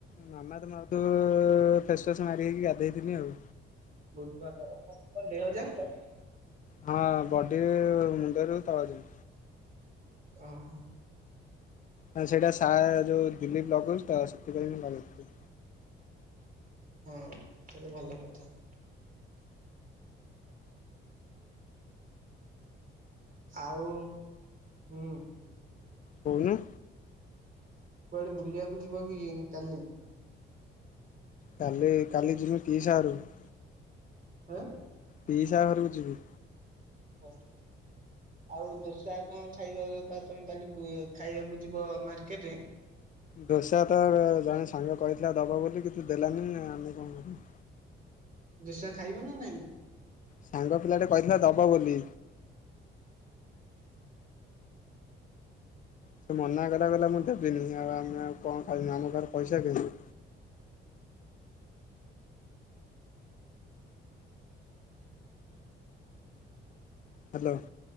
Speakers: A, on the left; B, on the right.
A: ମାମାର୍ଥ ମାର୍ଥୁ ଫେସୱାସ ମାରି ହେଇକି ଗାଧେଇଥିଲି ଆଉ।
B: ବହୁ <unintelligible> ଦେହଯାଙ୍କ <inaudible>
A: ହଁ ବଡି ମୁଣ୍ଡରୁ ତଳ ଯାଏଁ।
B: ଓ ହୋ
A: ନା ସେଇଟା ସା ଯେଉ ଦିଲିପ ଲଗଉଛି ତ ସେଥିପାଇଁ ମୁଁ ଲଗେଇଥିଲି
B: ହଁ ସେତ ଭଲ କଥା। ଆଉ ହୁଁ
A: କହୁନୁ?
B: କୁଆଡେ ବୁଲିବାକୁ ଯିବ କି କାଲି?
A: କାଲି କାଲି ଯିମୁ ପିଇସା ଘରୁକୁ।
B: ଏଁ
A: ପିଇସା ଘରକୁ ଯିବି।
B: କଣ <unintelligible> ଆଉ ଦୋସା କଣ ଖାଇବା ବା ତମେ କାଲି ଖାଇବାକୁ ଯିବ ମାର୍କେଟେ।
A: ଦୋସା ତ ଜଣେ ସାଙ୍ଗ କହିଥିଲା ଦବ ବୋଲି କିନ୍ତୁ ଦେଲାନି ଆମେ କଣ କରିବୁ।
B: ଦୋଷା ଖାଇବ ନା ନାଇଁ?
A: ସାଙ୍ଗ ପିଲାଟେ କହିଥିଲା ଦବ ବୋଲି। ସେ ମନା କଲା କହିଲା ମୁଁ ଦେବିନି ଆଉ ଆମେ ଆଉ କଣ ଖାଇବୁ ଆମ ଘରେ ପଇସା କାଇଁ। ହାଲୋ।